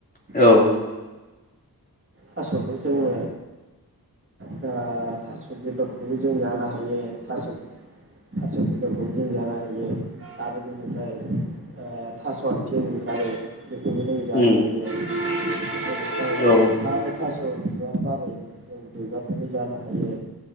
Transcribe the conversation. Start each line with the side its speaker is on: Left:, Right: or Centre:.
Left: औ
Right: ओ। थास'खौ जोङो। दा थास' बेदरखौबो जों जानो हायो थास' थास' बेदरखौबो जों जानो हायो आरो बिनिफ्राय ओ थास' आथिं ओंखारो। बेखौबो जों जानो
Left: उम
Right: हायो आरो। <inaudible> बिबार
Left: औ
Right: बारो जों। बिबारखौबो जानो हायो।